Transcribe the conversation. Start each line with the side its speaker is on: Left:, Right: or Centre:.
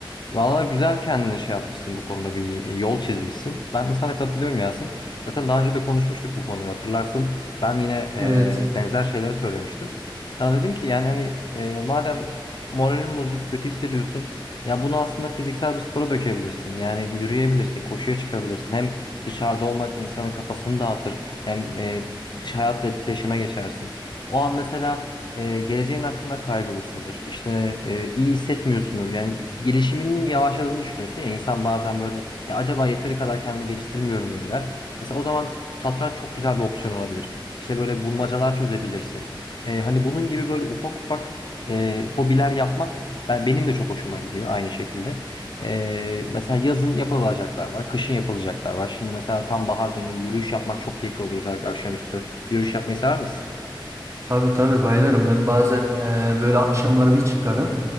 Left: Valla güzel kendine şey yapmışsın bu konuda bir yol çizmişsin. Ben de sana katılıyorum Yasin. Zaten daha önce de konuşmuştuk bu konuyu hatırlarsın. Ben yine
Right: Evet.
Left: e, benzer şeyleri söylemiştim. Sana dedim ki yani hani e, madem moralin bozuk, kötü hissediyorsun. Ya bunu aslında fiziksel bir spora dökebilirsin. Yani yürüyebilirsin, koşuya çıkabilirsin. Hem dışarıda olmak insanın kafasını dağıtır. Hem e, dış hayatla etkileşime geçersin. O an mesela e, geleceğin hakkında kaygılısındır. İşte e, iyi hissetmiyorsundur. Yani gelişiminin yavaşladığını düşünürsün ya insan bazen böyle ya acaba yeteri kadar kendimi geliştirmiyor muyum der. Mesela o zaman satranç çok güzel bir opsiyon olabilir. İşte böyle bulmacalar çözebilirsin. E, hani bunun gibi böyle ufak ufak e, hobiler yapmak ben benim de çok hoşuma gidiyor aynı şekilde. E, mesela yazın yapılacaklar var, kışın yapılacaklar var. Şimdi mesela tam bahar dönemi yürüyüş yapmak çok keyifli oluyor özellikle akşamüstü. Yürüyüş yapmayı sever misin?
Right: Tabii tabii bayılırım. Ben bazen e, böyle akşamları bir çıkarım.